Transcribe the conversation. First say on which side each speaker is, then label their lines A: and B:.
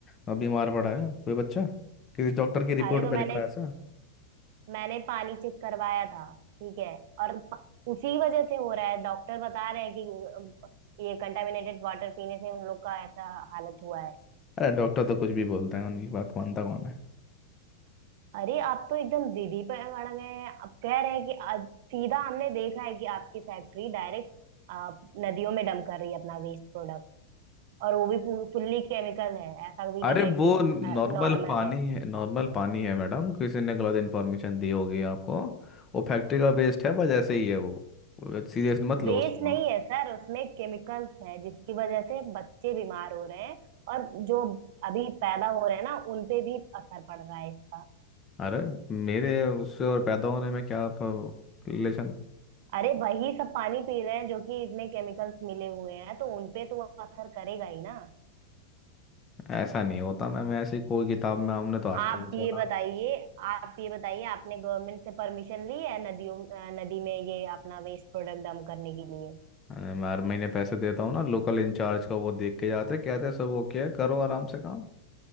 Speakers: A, on the left (about 25°); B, on the right (about 60°).
A: अ, बीमार पड़ा है कोई बच्चा किसी डॉक्टर की रिपोर्ट
B: अरे तो
A: में
B: मैंने
A: लिखा है ऐसा
B: मैंने पानी चेक करवाया था ठीक है और प- उसी वजह से हो रहा है डॉक्टर बता रहे हैं कि अ, ये कंटामिनेटेड वाटर पीने से उन लोग का ऐसा हालत हुआ है
A: अरे डॉक्टर तो कुछ भी बोलते हैं उनकी बात मानता कौन है
B: अरे आप तो एकदम जिद ही पे अड़ गए हैं अब कह रहे हैं कि आज सीधा हमने देखा है कि आपकी फैक्ट्री डायरेक्ट आप नदियों में डंप कर रही है अपना वेस्ट प्रोडक्ट और वो भी फुल्ली केमिकल है ऐसा भी
A: अरे
B: नहीं है
A: वो
B: कि
A: नॉर्मल
B: नॉर्मल
A: पानी
B: है
A: है नॉर्मल पानी है मैडम किसी ने गलत इन्फॉर्मेशन दी होगी आपको वो फैक्ट्री का वेस्ट है बस ऐसे ही है वो सीरियस मत लो
B: वेस्ट
A: उसको
B: नहीं
A: आप।
B: है सर उसमें केमिकल्स है जिसकी वजह से बच्चे बीमार हो रहे हैं और जो अभी पैदा हो रहे हैं ना उनपे भी असर पड़ रहा है इसका
A: अरे मेरे उससे और पैदा होने में क्या रिलेशन
B: अरे वही सब पानी पी रहे हैं जो कि इसमें केमिकल्स मिले हुए हैं तो उनपे तो असर करेगा ही ना
A: ऐसा नहीं होता मैम ऐसी कोई किताब में हमने तो आज
B: आप
A: तक नहीं
B: भी
A: सुना
B: ये बताइए आप ये बताइए आपने गवर्नमेंट से परमिशन ली है नदियों अ, नदी में ये अपना वेस्ट प्रोडक्ट डंप करने के लिए
A: अ, मैं हर महीने पैसे देता हूँ ना लोकल इंचार्ज का वो देख के जाते कहते हैं, सब ओके है करो आराम से काम